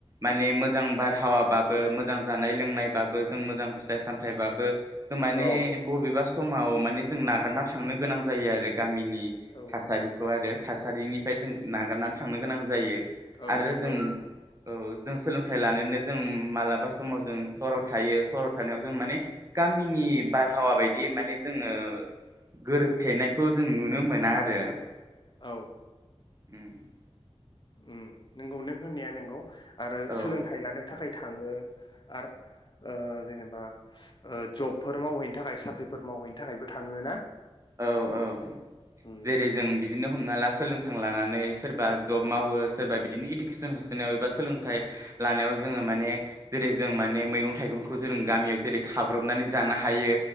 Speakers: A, on the right (about 30°); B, on the left (about 45°).
A: माने मोजां बारहावाबाबो मोजां जानाय लोंनायबाबो जों मोजां फिथाइ सामथायाइबाबो जों माने
B: औ
A: बबेबा स समाव माने जों नागारना थांनो गोनां जायो आरो गामिनि
B: औ
A: थासारिखौ आरो थासारिनिफ्राय जों नागारनानै थांनो गोनां जायो
B: औ
A: आरो
B: नंगौ
A: जोंङो औ जों सोलोंथाइ लानोनो जों मालाबा समाव जों सराव थायो सराव थानायाव जों माने गामिनि बारहावा बायदि माने जोङो गोरोबथेनायखौ जों नुनो मोना आरो
B: औ
A: उम
B: उम नोंगौ नों होननाया नोंगौ। आरो
A: औ
B: सोलोंथाइ लानो थाखाय थाङो आरो ओ जेनबा बा ओ जबफोर मावहैनो थाखाय साख्रिफोर मावहैनो थाखायबो थाङो ना
A: औ औ
B: उम
A: जेरै जों बि बिदिनो हमना ला सोलोंथों लानानै सोरबा जब मावो सोरबा बिदिनो इडुकेसन होसोनायाव एबा सोलोंथाइ लानायाव जोङो माने जेरै जों माने मैगं थाइगंखौ जों गामियाव जेरै खाब्र'बनानै जानो हायो